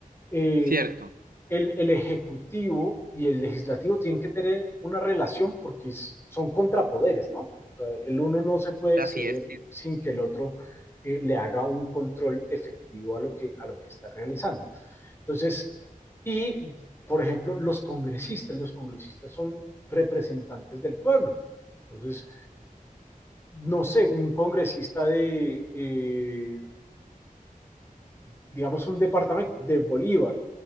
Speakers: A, on the left; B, on the right.
A: eh,
B: ¿cierto?
A: el, el, Ejecutivo y el Legislativo tienen que tener una relación porque es, son contrapoderes, ¿no? O sea, el uno no se puede
B: Así
A: exceder
B: es, sí.
A: sin que el otro eh, le haga un control efectivo a lo que, a lo que está realizando. Entonces, y por ejemplo, los congresistas, los congresistas son representantes del pueblo. Entonces, no sé, un congresista de, eh, digamos, un departamento de Bolívar